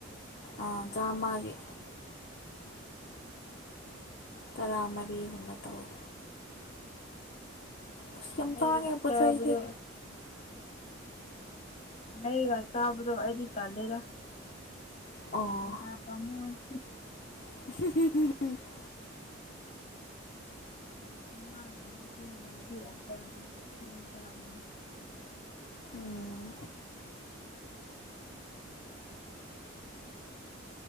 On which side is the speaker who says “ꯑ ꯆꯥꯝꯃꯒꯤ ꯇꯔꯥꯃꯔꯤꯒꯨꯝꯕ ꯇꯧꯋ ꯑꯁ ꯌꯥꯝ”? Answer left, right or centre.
Left